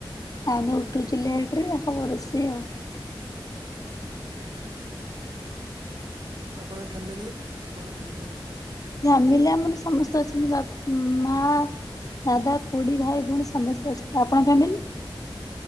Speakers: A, on the left; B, on the right.
A: ଆମେ ତ ଉଠୁଚୁ ଲେଟ୍ ରେ ହବ ରୋଷେଇ ଆଉ।
B: ଆପଣଙ୍କ ଫ୍ୟାମିଲିରେ କଣ କେମିତି ଅଛନ୍ତି?
A: ଫ୍ୟାମିଲି ଆମର ସମସ୍ତେ ଅଛନ୍ତି ବାପ୍ ମା ଦାଦା, ଖୁଡି, ଭାଇ, ଭଉଣୀ ସମସ୍ତେ ଅଛନ୍ତି। ଆପଣଙ୍କ ଫ୍ୟାମିଲି?